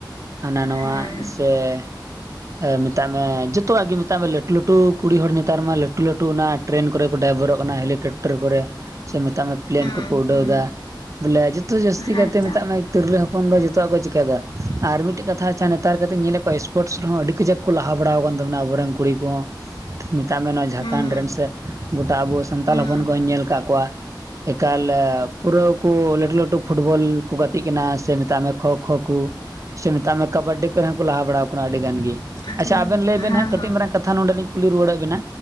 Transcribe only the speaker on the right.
ᱦᱟᱱᱟ ᱱᱚᱣᱟ
ᱥᱮ ᱮ ᱢᱮᱛᱟᱜ ᱢᱮ ᱡᱚᱛᱚᱣᱟᱜ ᱜᱮ ᱢᱮᱛᱟᱜ ᱢᱮ ᱞᱟᱹᱴᱩ ᱞᱟᱹᱴᱩ ᱠᱩᱲᱤ ᱦᱚᱲ ᱱᱮᱛᱟᱨ ᱢᱟ ᱞᱟᱹᱴᱩ ᱞᱟᱹᱴᱩ ᱚᱱᱟ ᱴᱨᱮᱱ ᱠᱚᱨᱮ ᱠᱚ ᱰᱟᱭᱵᱚᱨᱚᱜ ᱠᱟᱱᱟ ᱦᱮᱞᱤᱠᱮᱯᱴᱟᱨ ᱠᱚᱨᱮ ᱥᱮ ᱢᱮᱛᱟᱜ ᱢᱮ ᱯᱞᱮᱱ
ᱠᱚᱠᱚ ᱩᱰᱟᱹᱣ
ᱮᱫᱟ ᱵᱚᱞᱮ ᱡᱚᱛᱚ ᱡᱟᱹᱥᱛᱤ
ᱠᱟᱭᱛᱮ
ᱢᱮᱛᱟᱜ ᱛᱤᱨᱞᱟᱹ ᱦᱚᱯᱚᱱ ᱫᱚ ᱡᱚᱛᱚᱣᱟᱜ ᱠᱚ ᱪᱤᱠᱟᱹᱭ ᱮᱫᱟ ᱟᱨ ᱢᱤᱫᱴᱮᱡ ᱠᱟᱛᱷᱟ ᱟᱪᱷᱟ ᱱᱮᱛᱟᱨ ᱠᱟᱛᱮᱜ ᱧᱮᱞᱮᱫ ᱠᱚᱣᱟ ᱥᱯᱚᱨᱴᱥ ᱨᱮᱦᱚᱸ ᱟᱹᱰᱤ ᱠᱟᱡᱟᱠ ᱠᱚ ᱞᱟᱦᱟ ᱵᱟᱲᱟ ᱟᱠᱟᱱ ᱛᱟᱵᱚᱱᱟ ᱟᱵᱚᱨᱮᱱ ᱠᱩᱲᱤ ᱠᱚᱦᱚᱸ ᱢᱮᱛᱟᱜ ᱢᱮ ᱱᱚᱣᱟ ᱡᱷᱟᱲᱠᱷᱚᱸᱰ
ᱨᱮᱱ ᱥᱮ ᱜᱚᱴᱟ ᱟᱵᱚ ᱥᱟᱱᱛᱟᱞ
ᱦᱚᱯᱚᱱ ᱠᱚᱧ ᱧᱮᱞ ᱟᱠᱟᱫ ᱠᱚᱣᱟ ᱮᱠᱟᱞ ᱯᱩᱨᱟᱹ ᱠᱚ ᱞᱟᱹᱴᱩ ᱞᱟᱹᱴᱩ ᱯᱷᱩᱴᱵᱚᱞ ᱠᱚ ᱜᱟᱛᱮᱜ ᱠᱟᱱᱟ ᱥᱮ ᱢᱮᱛᱟᱜ ᱢᱮ ᱠᱷᱳ ᱠᱷᱳ ᱠᱚ ᱥᱮ ᱢᱮᱛᱟᱜ ᱢᱮ ᱠᱟᱵᱟᱰᱰᱤ ᱠᱚᱨᱮ ᱦᱚᱸ ᱠᱚ ᱞᱟᱦᱟ ᱵᱟᱲᱟᱣ ᱠᱟᱱᱟ ᱟᱹᱰᱤ ᱜᱟᱱ ᱜᱮ,
ᱟᱪᱪᱷᱟ ᱟᱵᱮᱱ ᱞᱟᱹᱭ ᱵᱮᱱ
ᱦᱟᱸᱜ ᱠᱟᱹᱴᱤᱡ
ᱢᱟᱨᱟᱝ ᱠᱟᱛ ᱛᱷᱟ ᱞᱤᱧ ᱠᱩᱞᱤ ᱨᱭᱣᱟᱹᱲᱮᱫ ᱵᱮᱱᱟ